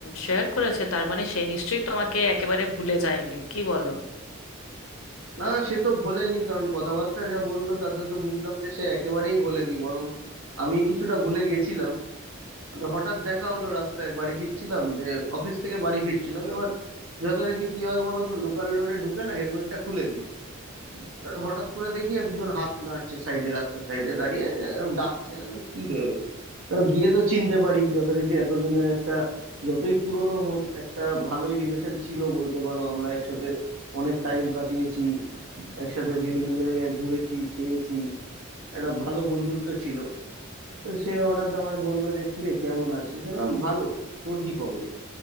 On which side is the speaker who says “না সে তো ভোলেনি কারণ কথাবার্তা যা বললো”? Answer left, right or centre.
Right